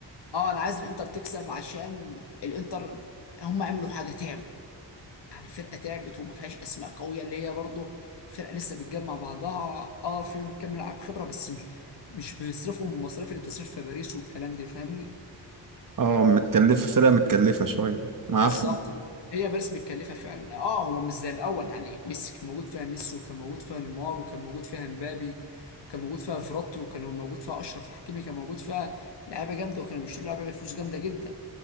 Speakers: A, on the left; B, on the right.
A: اه انا عايز الانتر تكسب عشان الانتر هم عملوا حاجه تعبوا يعني فرقه تعبت وما فيهاش اسماء قويه اللي هي برضه فرقه لسه بتجمع بعضها اه فيهم كام لاعب خبره بس مش مش بيصرفوا المصاريف اللي بتصرف في باريس والكلام ده فاهمني
B: أه متكلفة فرقة متكلفة شوية معاه
A: بالظبط
B: فلوس.
A: هي باريس متكلفه فعلا اه هو مش زي الاول يعني ميسي كان موجود فيها ميسي وكان موجود فيها نيمار وكان موجود فيها مبابي وكان موجود فيها فيراتي وكان موجود فيها اشرف حكيمي كان موجود فيها لعيبه جامده وكانوا بيشتروا لعيبه بفلوس جامده جدا